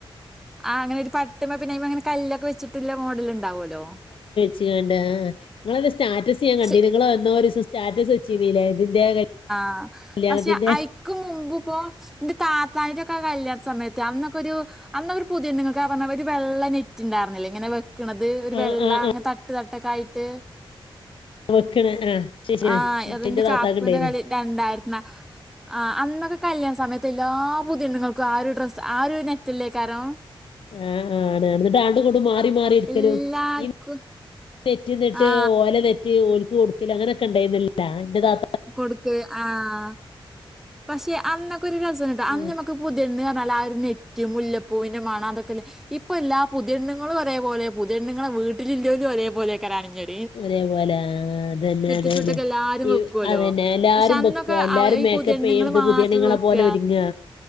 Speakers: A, in the centre; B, on the left.
A: ആഹ് അങ്ങനെ ഒരു പട്ട്മേ പിന്നയ്മെങ്ങിനെ കല്ലൊക്കെ വെച്ചിട്ട്ള്ള മോഡല് ണ്ടാവോലോ
B: ചിയേണ്ടേ നിങ്ങളത് സ്റ്റാറ്റസ് ഞാൻ കണ്ടീനു
A: ശെ
B: നിങ്ങളെന്നോ ഒരു സ്റ്റാറ്റസ് വെച്ചീനിലേ ഇതിന്റെ
A: ആഹ്
B: കല്യാണത്തിന്റെ
A: പഷെ അയ്ക്കും മുമ്പ്പ്പോ ന്റെ താത്താന്റെക്ക കല്യാണ സമയത്ത് അന്നൊക്കൊരു അന്ന് ഒരു പുതിയണ്ണുകൾക്ക് ആഹ് പറഞ്ഞ ഒരു വെള്ള നെറ്റ്ണ്ടാർന്നിലേ ഇങ്ങനെ വെക്ക്ണത് ഒരു
B: ആഹ്
A: വെള്ള
B: ആഹ്
A: അങ്ങൻത്ത
B: ആഹ്
A: ട്ട്തട്ട്ക്കായിട്ട്
B: വെക്ക്ണ് ആഹ് ശരിയാണ്
A: ആഹ് ത്
B: ഇന്റെ
A: ന്റെ കാക്കുന്റെ
B: താത്താക്ക് ഇണ്ടേന്ന്
A: കലി രണ്ടായിരത്ത്ന്നാ ആഹ് അന്നൊക്കെ കല്യാണ സമയത്ത് എല്ലാ പുത്യെണ്ണുങ്ങൾക്കും ആഹ് ഒരു ഡ്രസ്സ് ആഹ് ഒരു നെറ്റല്ലേക്കാരോം
B: ആഹ് ആഹ് ആണ് എന്നിട്ടാണ്ട്ങ്ങട്ടും ഇങ്ങട്ടും മാറി മാറി ഇര്ക്കലും
A: എല്ലാർക്കും
B: ഈ നെറ്റിന്നിട്ട്
A: ആ
B: ഓല നെറ്റി ഓൽക്ക് കൊടുക്കൂലാ അങ്ങനക്കെണ്ടായിരുന്നില്ണ്ടാ ന്റെ താ-
A: കൊടുക്ക് ആഹ് പഷെ അന്നൊക്കെ ഒരു രസണ്ടിട്ടാ അന്ന്
B: ഉം
A: നമുക്ക് പുത്യെണ്ണ് പറഞ്ഞാല് ആ ഒരു നെറ്റും മുല്ലപ്പൂവിന്റെ മണം അതൊക്കല്ലേ ഇപ്പല്ലാ പുതിയണ്ണ്ങ്ങളും ഒരേപോലെ പുതിയണ്ണ്ങ്ങളെ വീട്ടിലില്ലോരും ഒരേപോലേക്കരം അണിഞൊര് -
B: ഒരേ പോലെ ആഹ് അതന്നെ
A: നെറ്റിച്ചുട്ടൊക്കെ
B: അതന്നെ
A: എല്ലാരും
B: ഈ
A: വെക്കുവല്ലോ
B: അതന്നെ എല്ലാരും
A: പക്ഷെ അന്നൊക്കെ
B: ബെക്കാ എല്ലാരും
A: അവ ഈ
B: മേ-
A: പുതിയെണ്ണുങ്ങള്
B: ക്കപ്പെയ്യും
A: മാത്രം
B: പുതിയണ്ണുങ്ങളെ
A: വെക്ക
B: പോലെ ഒരുങ്ങാ